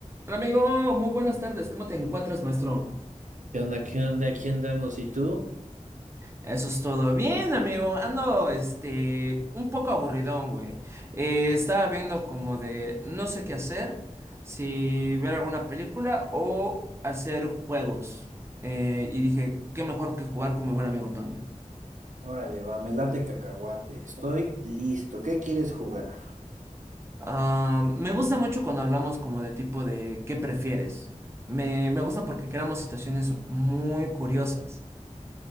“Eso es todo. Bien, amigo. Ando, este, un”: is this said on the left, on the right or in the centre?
Right